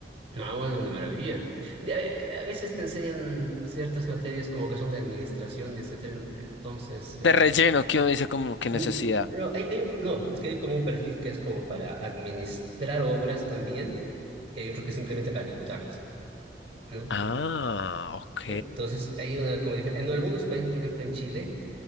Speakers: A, on the right; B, on the left.
A: No, bueno, una maravilla. De- A a veces te enseñan ciertas materias como que son de administración, y etcétera. Entonces, eh,
B: De relleno, que uno dice como qué
A: n-
B: necesidad.
A: no, hay, hay un- no, es que hay como un perfil que es como para administrar obras también, y hay otro que es simplemente para ejecutarlas, ¿no?
B: Ah, ok.
A: Entonces, hay una como dif- en algunos países, por ejemplo, en Chile,